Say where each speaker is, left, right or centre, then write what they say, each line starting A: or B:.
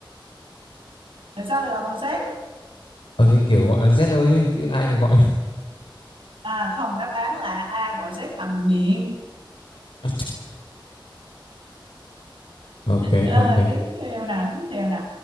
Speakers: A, on the right; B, on the left.
A: Tại sao lại gọi bằng Z?
B: Ờ thì kiểu gọi là Z thôi chứ ai lại gọi
A: À không, đáp án là A gọi Z bằng miệng.
B: <laughs> Ok
A: Rồi
B: ok
A: tiếp theo nè, tiếp theo nè.